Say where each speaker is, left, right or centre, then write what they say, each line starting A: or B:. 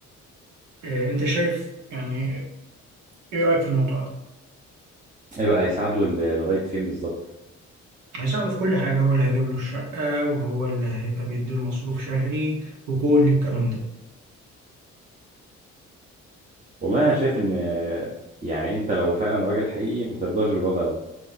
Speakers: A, on the right; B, on the right.
A: إيه انت شايف يعني ايه رأيك في الموضوع ده
B: ايه بقى هيساعده ل- لغايه فين بالظبط
A: هيساعده في كل حاجه هو اللي هيجيب له الشقه وهو اللي هيبقى بيديله مصروف شهري وكل الكلام ده
B: والله انا شايف ان يعني انت لو فعلا راجل حقيقي ما ترضاش بالوضع ده